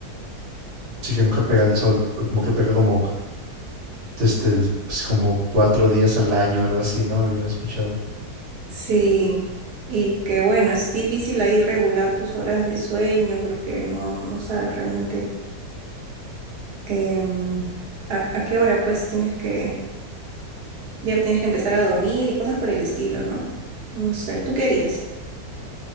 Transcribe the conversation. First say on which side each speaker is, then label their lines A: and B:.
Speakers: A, on the right; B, on the right.
A: Sí que nunca pega el sol, pero como que pega como este, pues, como cuatro días al año, algo así, ¿no? Había escuchado.
B: Sí, y que bueno, es difícil ahí regular tus horas de sueño porque no, no sabes realmente em, a, a qué hora pues tienes que, ya tienes que empezar a dormir y cosas por el estilo, ¿no? No sé, ¿tú querías?